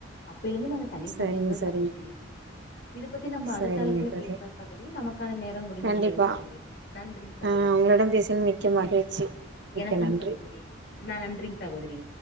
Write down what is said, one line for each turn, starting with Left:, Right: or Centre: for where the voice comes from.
Left: அப்பிலேந்து நாங்க தனி
Right: சரிங்க
Left: சமையல் தா
Right: சரிங்க
Left: சகோதரி இத பத் தி நம்ம
Right: சரிங்க
Left: அடுத்த அழைப்புல
Right: தோழி
Left: பேசலா சகோதரி நமக்கான நேர முடிந்து
Right: கண்டிப்பா
Left: விட்டது சகோதரி நன்றிங் சகோதரி
Right: ஆ உங்களோட பேசிய மிக்க மகிழ்ச்சி மிக்க
Left: எனக்கும்
Right: நன்றி
Left: சகோதரி நா நன்றிங்க சகோதரி